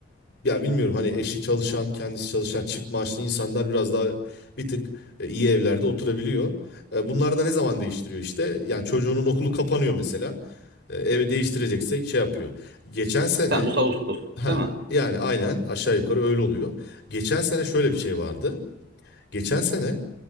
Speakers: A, on the left; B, on the right.
A: ya bilmiyorum hani eşi çalışan, kendisi çalışan çift maaşlı insanlar biraz daha bir tık e, iyi evlerde oturabiliyor. E, Bunlar da ne zaman değiştiriyor işte? Yani çocuğunun okulu kapanıyor mesela. E, Evi değiştirecekse şey yapıyor. Geçen sene
B: Temmuz Ağustos
A: Ha,
B: değil mi?
A: yani aynen aşağı yukarı öyle oluyor. Geçen sene şöyle bir şey vardı. Geçen sene